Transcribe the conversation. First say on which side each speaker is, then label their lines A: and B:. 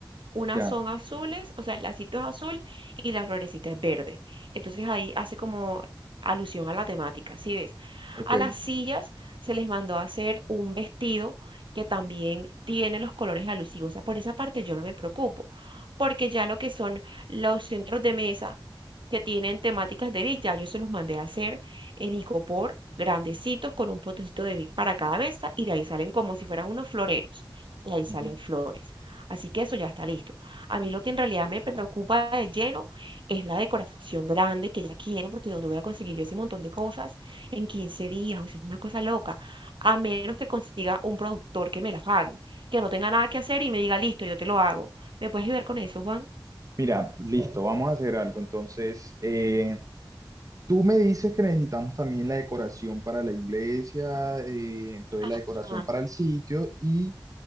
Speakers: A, on the right; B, on the right.
A: Unas
B: Ya,
A: son azules, o sea, el lacito es azul y la florecita es verde. Entonces ahí hace como alusión a la temática, ¿sí ves?
B: ok.
A: A las sillas se les mandó a hacer un vestido que también tiene los colores alusivos. O sea, por esa parte yo no me preocupo, porque ya lo que son los centros de mesa que tienen temáticas de Vic, ya yo se los mandé a hacer en icopor, grandecitos, con un potecito de Vic para cada mesa, y de ahí salen como si fueran unos floreros, de ahí salen
B: Ujú.
A: flores. Así que eso ya está listo. A mí lo que en realidad me preocupa de lleno es la decoración grande que ya quiero, porque ¿dónde voy a conseguir yo ese montón de cosas en 15 días? O sea, es una cosa loca. A menos que consiga un productor que me las haga, que no tenga nada que hacer y me diga, listo, yo te lo hago. ¿Me puedes ayudar con eso, Juan?
B: Mira, listo, vamos a hacer algo. Entonces, eh, tú me dices que necesitamos también la decoración para la iglesia, eh, entonces la decoración
A: Ajá,
B: para el sitio y